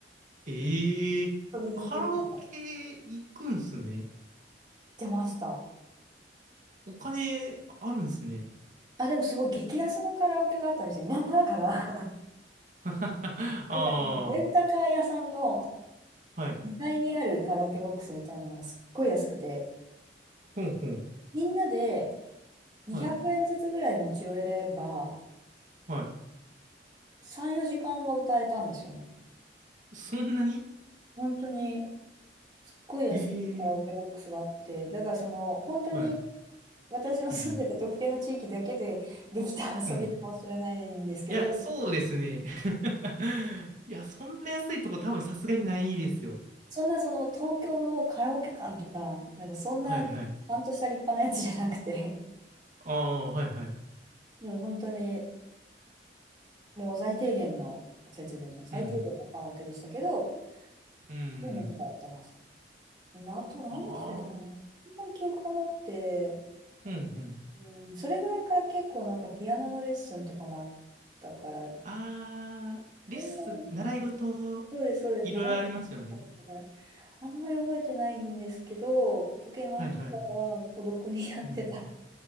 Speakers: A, on the right (about 45°); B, on the right (about 25°).
A: ええカラオケ行くんすね。
B: 遊びに行くって言ってました。
A: お金あるんすね。
B: あ、でもすごい激安のカラオケがあったんですよ。田舎だから。<laughs>
A: <laughs> ああ、
B: なんかもうレンタカー屋さんの
A: はい。
B: 2階にあるカラオケボックスみたいなのがすっごい安くて、
A: ほんほん。
B: みんなで200円ずつぐらい持ち寄れば、
A: はい。はい。
B: 3、4時間は歌えたんですよね。
A: そんなに
B: 本当に、すっごい安いカラオケボックスがあって、
A: ええ
B: だからその、本当に
A: はい。
B: 私の住んでた特定の地域だけでできた遊びかもしれないんですけど、
A: うんうん。うん。いや、そうですね。<laughs> いや、そんな安いとこ多分さすがにないですよ。
B: そんなその東京のカラオケ館とか、なんかそんなちゃんとした立派なやつじゃなくて、
A: はいはい。ああ、はいはい。
B: もう本当に、もう最低限の設備の最低限のカラオケでしたけど、
A: うんうん。うん。
B: そういうのとかやってました。あと何してたかなあんまり記憶がなくて、
A: ああ、うんうん。
B: うん、それぐらいから結構なんかピアノのレッスンとかもあったから、え
A: あー、レッスン、
B: そんなに、
A: 習い事、
B: そうです、そうです、
A: いろいろありますよね。
B: 長かったから、あんまり覚えてないんですけど、ポケモンとかは孤独にやってた。
A: はいはい。うん。
B: <laughs>